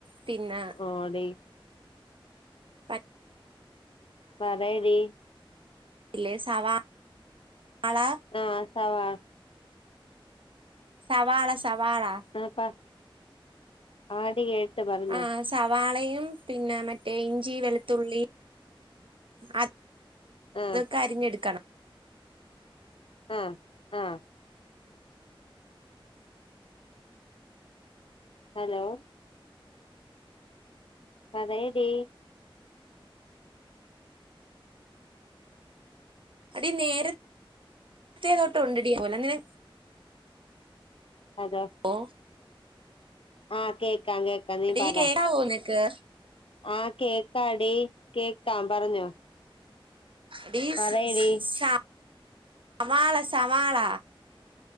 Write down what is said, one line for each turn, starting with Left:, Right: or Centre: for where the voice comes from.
Right: പിന്നെ
Left: ഓടി
Right: പ-
Left: പറയെടി
Right: ഇല്ലെ സവാ ള
Left: ആഹ് സവാ
Right: സവാള സവാള
Left: എന്നിട്ടാ ആടി കേട്ട് പറഞ്ഞോ
Right: ആ സവാളയും പിന്നെ മറ്റേ ഇഞ്ചി വെളുത്തുള്ളി അ അതൊക്കെ
Left: ആഹ്
Right: അരിഞ്ഞെടുക്കണം
Left: ആഹ് ആഹ് ഹലോ പറയെടി
Right: എടി നേരുതേ തൊട്ട് ഉണ്ടെടി <unintelligible> ല ങ്ങനെ
Left: അതെ
Right: ഓ
Left: ആഹ് കേക്കാം കേക്കാം നീ
Right: എടി
Left: പറ
Right: കേക്കാവോ നിനക്ക്
Left: ആഹ് കേക്കാടി കേക്കാം പറഞ്ഞോ
Right: ടി
Left: പറയടി
Right: സ് സ് സ വാള സവാള